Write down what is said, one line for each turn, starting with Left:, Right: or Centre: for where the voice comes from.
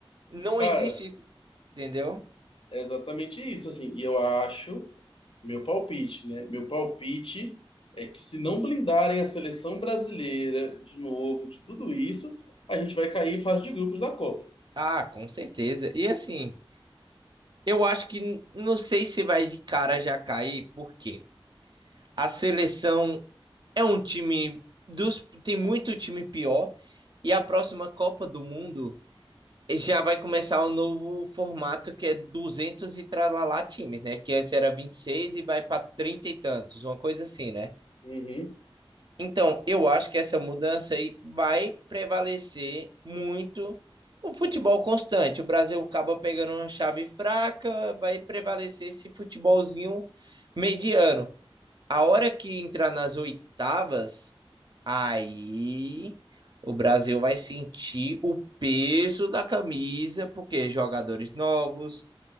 Right: Não
Left: Cara,
Right: existe isso, entendeu?
Left: É exatamente isso, assim. E eu acho, meu palpite, né? Meu palpite é que se não blindarem a seleção brasileira de novo, de tudo isso, a gente vai cair em fase de grupos da Copa.
Right: Ah, com certeza. E assim, eu acho que n- não sei se vai de cara já cair, por quê? A seleção é um time dos tem muito time pior e a próxima Copa do Mundo já vai começar o novo formato que é 200 e tralalá times, né? Que antes era vinte e seis e vai para 30 e tantos, uma coisa assim, né?
Left: Uhum.
Right: Então, eu acho que essa mudança aí vai prevalecer muito o futebol constante. O Brasil acaba pegando uma chave fraca, vai prevalecer esse futebolzinho mediano. A hora que entrar nas oitavas, Aí o Brasil vai sentir o peso da camisa, porque jogadores novos.